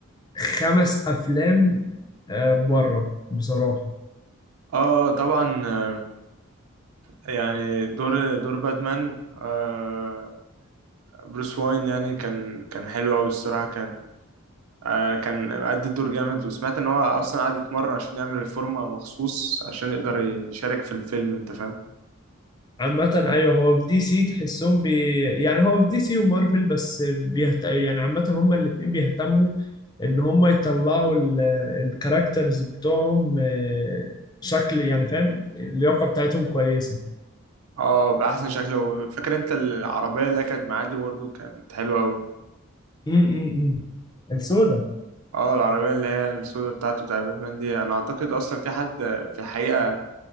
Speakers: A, on the left; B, on the right.
A: خمس أفلام آه، بره بصراحة
B: اه طبعا آه، يعني دور دور باتمان آه بروس واين يعني كان كان حلو قوي الصراحه كان آه كان أدى الدور جامد وسمعت ان هو اصلا قعد يتمرن عشان يعمل الفورمه مخصوص عشان يقدر يشارك في الفيلم انت فاهم
A: عامة أيوه هو في دي سي تحسهم بي يعني هو في دي سي ومارفل بس بيهت... يعني عامة هما الاتنين بيهتموا إن هما يطلعوا ال... الكاركترز بتوعهم آه، شكل يعني فاهم اللياقة بتاعتهم كويسة
B: اه باحسن شكل فاكر انت العربيه اللي كانت معاه دي برضه كانت حلوه قوي
A: امم السوداء
B: اه العربيه اللي هي السوداء بتاعته بتاع باتمان دي انا اعتقد اصلا في حد في الحقيقه